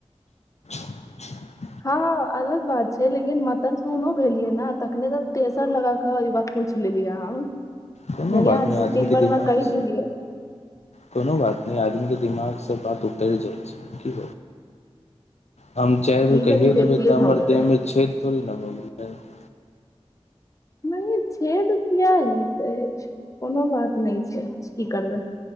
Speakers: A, on the left; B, on the left.
A: <inaudible> <unintelligible>
B: हँ अलग बात छै लेकिन मतसुन्नो भेलियै ने तखने तऽ तेसर लगाक बात पूछ लेलियै हम
A: कोनो बात नहि
B: दू
A: आदमी
B: तीन
A: के
B: बार
A: दिमाग
B: हमरा कहि दियै
A: कोनो बात नहि आदमीके दिमागसँ बात उतरि जाइ हम चारि बेर
B: ई
A: कहि
B: कनि बेसिये
A: देबै तऽ हमर
B: भऽ गेलै
A: देह मे छे तोरी लब गेलै <unintelligible>
B: नहि छेद किया हेतै कोनो बात नहि छै की करबै